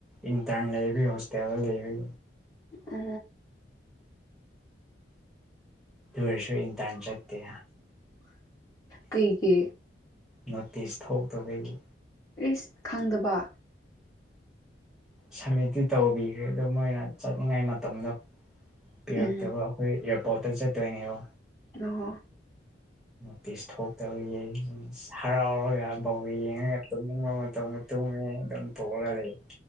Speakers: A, in the centre; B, on the left (about 20°).
A: ꯏꯟꯇ꯭ꯔꯥꯟ ꯂꯩꯕꯤ ꯍꯧꯁ ꯇꯌꯥꯗ ꯂꯩꯕꯤ
B: ꯑ
A: ꯇꯔꯁꯨ ꯏꯟꯇꯥꯟ ꯆꯠꯇꯦ
B: ꯀꯩ ꯀꯦ
A: ꯅꯣꯇꯤꯁ ꯊꯣꯛꯧꯇꯕꯒꯤ
B: ꯁ ꯈꯪꯗꯕ
A: ꯁꯃꯤꯠꯇꯤ ꯇꯧꯕꯤꯈ꯭ꯔꯦ ꯑꯗ ꯃꯣꯏꯅ ꯆꯠꯅꯤꯡꯉꯥꯏ ꯃꯇꯝꯗꯣ ꯄꯤꯔꯛꯇꯕ
B: ꯎꯝ
A: ꯑꯩꯈꯣꯏ ꯑꯦꯌꯥꯔꯄꯣꯔꯠꯇ ꯆꯠꯇꯣꯏꯅꯦꯕ
B: ꯑ ꯍꯣ
A: ꯄꯤꯤꯁ ꯊꯣꯛꯇꯧꯒꯤ ꯍꯔꯥꯎꯔꯒ ꯐꯧ ꯌꯦꯡꯉꯒ ꯇꯨꯝꯅꯤꯡꯕ ꯃꯇꯝꯗ ꯇꯨꯝꯉꯦ ꯑꯗꯨꯝ ꯊꯣꯛꯑꯒ ꯂꯩ